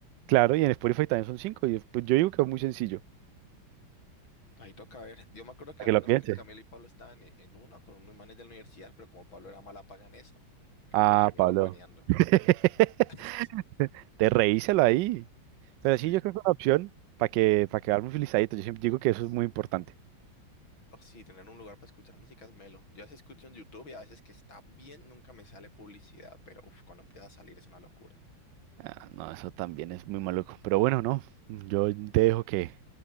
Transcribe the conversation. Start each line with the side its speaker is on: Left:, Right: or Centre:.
Right: claro, y en Spotify también son cinco. Y pues yo digo que es muy sencillo,
Left: pajitos caber. Yo me acuerdo que
Right: para
Left: al
Right: que
Left: menos
Right: lo pienses.
Left: C- Camila y Pablo estaban e- en, uno con unos manes de la universidad, pero como Pablo era mala paga en eso, creo
Right: Ah,
Left: que lo terminaron
Right: Pablo.
Left: baneando.
Right: <laughs>
Left: <laughs>
Right: Te reíselo ahí.
Left: Sí.
Right: Pero sí, yo creo que es una opción para que, para quedarme felicitadito. Yo siempre digo que eso es muy importante.
Left: Oh, sí, tener un lugar para escuchar música es melo. Yo a veces escucho en YouTube y a veces que está bien, nunca me sale publicidad, pero uf, cuando empieza a salir es una locura.
Right: Ah, no, eso también es muy maluco. Pero bueno, no. Yo te dejo que,